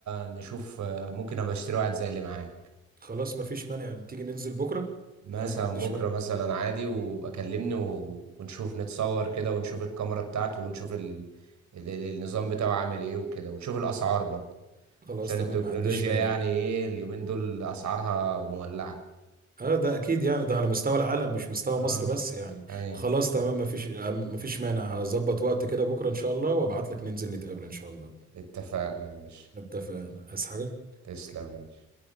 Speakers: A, on the right; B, on the right.
A: نشوف آه، ممكن ابقى اشتري واحد زي اللي معاك
B: خلاص ما فيش مانع تيجي ننزل بكره
A: مثلا
B: انا ما عنديش
A: بكرة
B: مانع
A: مثلا عادي وابقى كلمني و... ونشوف نتصور كده ونشوف الكاميرا بتاعته ونشوف ال... ال... ال- النظام بتاعه عامل ايه وكده ونشوف الأسعار برضه
B: خلاص
A: عشان
B: تمام
A: التكنولوجيا
B: ما عنديش مانع
A: يعني ايه اليومين دول أسعارها مولعة
B: اه ده اكيد يعني ده على مستوى العالم مش مستوى
A: اه
B: مصر بس يعني
A: ايه
B: خلاص تمام مفيش مفيش مانع هظبط وقت كده بكره ان شاء الله وابعت لك ننزل نتقابل ان شاء الله
A: اتفقنا يا باشا
B: اتفقنا عايز حاجه
A: تسلم يا باشا